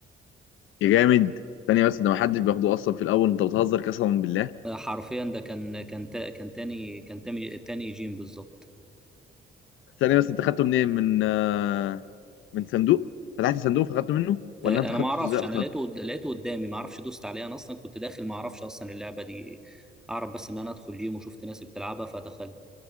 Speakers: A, on the left; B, in the centre.
A: يا جامد ثانيه بس ده ما حدش بياخده اصلا في الاول انت بتهزر قسما بالله
B: حرفيا ده كان كان تا- كان تاني كان تاني تاني جيم بالظبط
A: ثانيه بس انت خدته منين من آه، من صندوق فتحت صندوق فخدته منه
B: طيب،
A: ولا انت
B: انا ولا
A: خدته
B: ما اعرفش
A: ازاي
B: انا
A: اصلا
B: لقيته لقيته قدامي ما اعرفش دوست عليه انا اصلا كنت داخل ما اعرفش اصلا اللعبه دي اعرف بس ان انا ادخل جيم وشفت ناس بتلعبها فدخلت